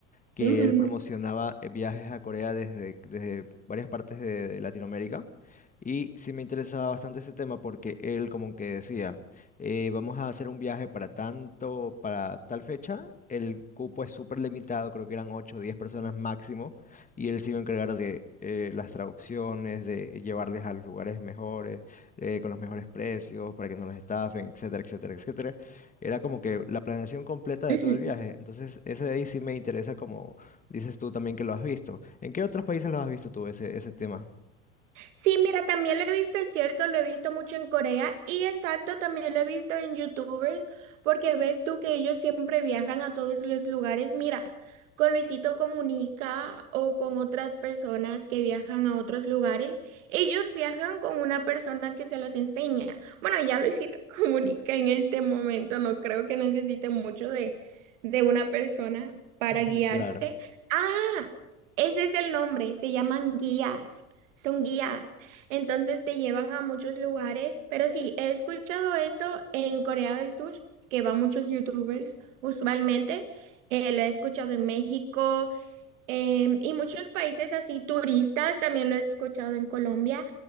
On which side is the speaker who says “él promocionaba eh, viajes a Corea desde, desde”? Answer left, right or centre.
Left